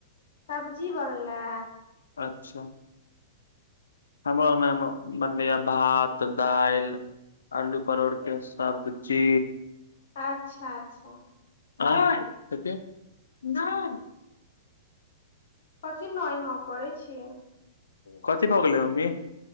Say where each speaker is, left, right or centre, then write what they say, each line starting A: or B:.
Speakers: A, on the left; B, on the left.
A: सब्जी बनले
B: अच्छा हमरो अंगनामे बनलैए भात दालि आलू परोड़के सबजी
A: अच्छा अच्छा
B: <unintelligible> कथि नहि
A: कथि नहि हँ करै छी
B: कथि भऽ गेल मम्मी